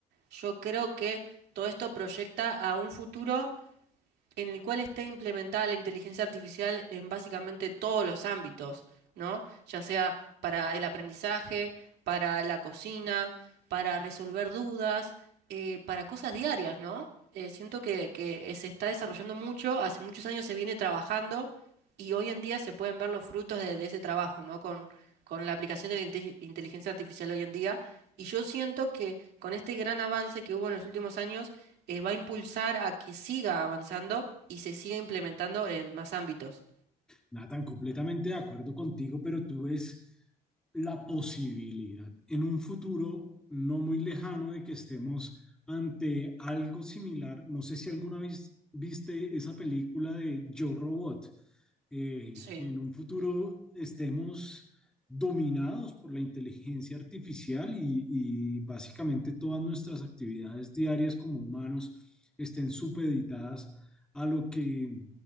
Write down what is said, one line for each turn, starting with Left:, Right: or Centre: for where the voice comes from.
Right: yo creo que todo esto proyecta a un futuro en el cual esté implementada la inteligencia artificial en básicamente todos los ámbitos, ¿no? Ya sea para el aprendizaje, para la cocina, para resolver dudas, eh, para cosas diarias, ¿no? Eh, siento que, que se está desarrollando mucho, hace muchos años se viene trabajando y hoy en día se pueden ver los frutos de, de ese trabajo, ¿no? Con, con la aplicación de la inte- inteligencia artificial hoy en día. Y yo siento que con este gran avance que hubo en los últimos años, eh, va a impulsar a que siga avanzando y se siga implementando en más ámbitos.
Centre: Nathan, completamente de acuerdo contigo, pero tú ves la posibilidad en un futuro no muy lejano de que estemos ante algo similar. No sé si alguna vez viste esa película de Yo Robot, eh,
Right: Sí.
Centre: que en un futuro estemos dominados por la inteligencia artificial y, y básicamente todas nuestras actividades diarias como humanos estén supeditadas a lo que